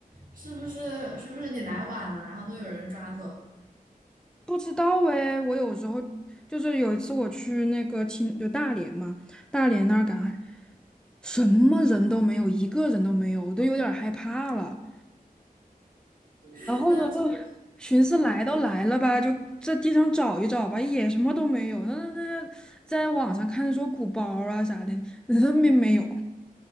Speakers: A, on the right (about 65°); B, in the centre.
A: 是不是是不是你来晚了，然后都有人抓走了？
B: 不知道哎。我有时候就是有一次我去那个青就大连嘛，大连那儿赶海，什么人都没有，一个人都没有，我都有点儿害怕了。
A: 那
B: 然后呢，就寻思来都来了吧，就这地上找一找吧，也什么都没有。那那那在网上看说鼓包啊啥的，那没没有。